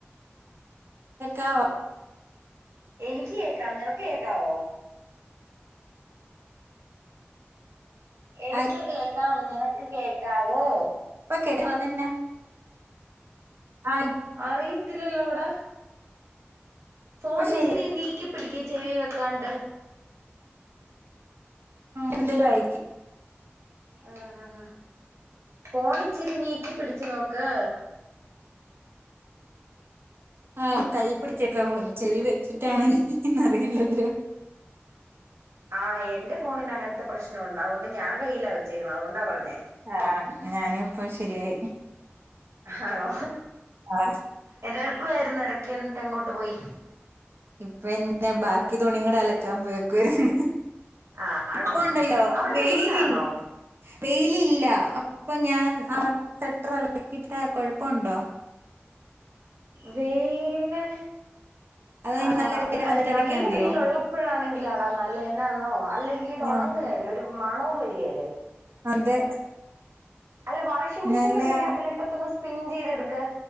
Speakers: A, on the right; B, on the right.
A: കേക്കാവോ
B: എനിക്ക് കേക്കാം നിനക്ക് കേക്കാവോ എനിക്ക്
A: ആ
B: കേക്കാം നിനക്ക് കേക്കാവോ
A: കേട്ട അതന്നെ ആ
B: അറിയത്തില്ല ലോടാ ഫോണിച്ചിരി
A: ഇപ്പൊ ശരി
B: നീക്കിപ്പിടിക്കി ചെവി വെക്കാണ്ട്
A: എന്തേലും ആയിക്കും
B: ആഹ ആഹ് ആഹ പോണിച്ചിരി നീക്കി പിടിച്ചു നോക്ക്
A: ആഹ് കയ്യി പിടിച്ചേക്കാപ്പൊ ചെവി വെച്ചിട്ടാണന്നറിയില്ലല്ലോ
B: ആഹ് എന്റെ ഫോണിന് അങ്ങൻത്തെ പ്രശ്നമുണ്ട് അതുകൊണ്ട് ഞാൻ കയ്യിലാ വെച്ചേക്കുന്നത് അതുകൊണ്ടാ പറഞ്ഞേ
A: ആഹ് ഞാന്പ്പൊ ശരിയായി
B: ആണോ
A: ആ
B: എന്താട്ക്കായിരുന്നു ഇടക്ക് എന്നിട്ട് എങ്ങോട്ട് പോയി?
A: ഇപ്പന്നെ ബാക്കി തുണി കൂടെ അലക്കാൻ പോയേക്കുവാർന്ന്
B: ആഹ് ആണോ
A: ഇപ്പൊ ഉണ്ടല്ലോ
B: അവിടെ
A: വെയിലി
B: വെയിലാണോ
A: വെയിലില്ല അപ്പൊ ഞാൻ ആ സ്വട്ടറലക്കിട്ട കുഴപ്പണ്ടോ
B: വെയില്
A: അതോ ഇനി
B: ആ
A: നല്ല വെയില് വന്നിട്ട് അലക്കിയാ
B: നല്ല
A: മതിയോ
B: വെയിലുള്ളപ്പോഴാണെങ്കിലാടാ നല്ലന്നാന്നോ അല്ലെങ്കിൽ ഇത് അങ്ങനല്ല
A: ആഹ്
B: ഒരു മണവും വരികേല്ലേ
A: അതെ
B: അല്ല വാഷിംഗ്
A: ഞാനല്ല
B: മെഷീൻ ഉണ്ടെങ്കിൽ അതിലിട്ട് ഒന്ന് സ്പിൻ ചെയ്തെടുക്ക്